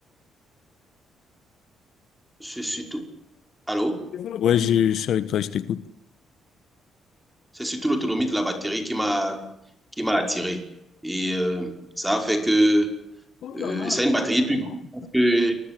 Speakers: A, in the centre; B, on the left (about 70°).
A: c'est surtout. Allô?
B: Parce que, Ouais, je, je suis avec toi, je t'écoute.
A: C'est surtout l'autonomie de la batterie qui m'a qui m'a attiré. Et euh, ça a fait que
B: comme
A: euh,
B: ça, moi,
A: ça a une batterie plus
B: non,
A: grande que